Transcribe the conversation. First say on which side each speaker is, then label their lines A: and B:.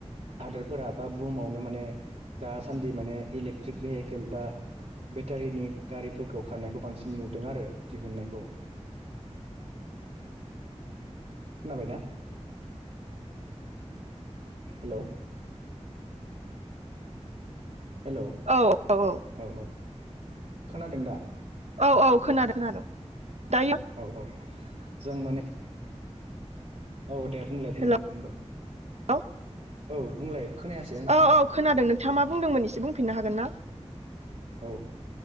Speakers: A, on the right; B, on the right.
A: हादोरफोरा बा बुहुमावनो माने दासान्दि माने इलेक ट्रिक भेहिकेल बा बेटारिनि गारिफोरखौ खारनायखौ बांसिन नुदों आरो दिहुननायखौ। खोनाबायना? हेल' हेल'
B: औ औ
A: औ औ खोनादों दा?
B: औ औ खोनादों खोनादों दायो
A: औ औ जों माने औ दे बुंलाय बुंदो
B: हेल'
A: बुंद'।
B: औ
A: औ बुंलाय खोनायासै
B: औ
A: आङो।
B: औ खोनादों नोंथाङा मा बुंदोंमोन एसे बुंफिननो हागोन ना?
A: औ